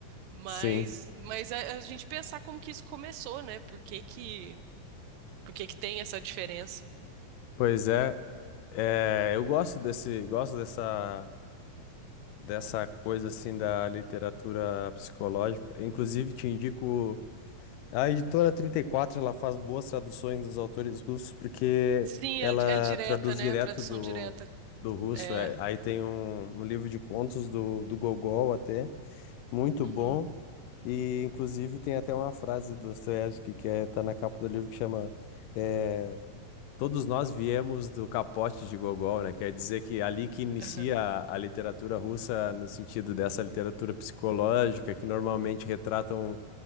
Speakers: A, on the right (about 80°); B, on the left (about 80°).
A: mas,
B: Sim,
A: mas a, a gente pensar como que isso começou, né? Por que que, por que que tem essa diferença?
B: pois é. É, eu gosto desse, gosto dessa, dessa coisa assim da literatura psicológica. Inclusive, te indico a editora trinta e quatro ela faz boas traduções dos autores russos porque
A: Sim,
B: ela
A: é, é direta,
B: traduz
A: né?
B: direto
A: Tradução
B: do,
A: direta.
B: do russo.
A: É.
B: É, aí tem um, um livro de contos do, do Gogol até, muito
A: Uhum,
B: bom. E inclusive tem até uma frase do Dostoiévski que é, tá na capa do livro que chama é, Todos nós viemos do capote de Gogol, né? Quer dizer que é ali que inicia
A: aham,
B: a a literatura russa, no sentido dessa literatura psicológica, que normalmente retrata um,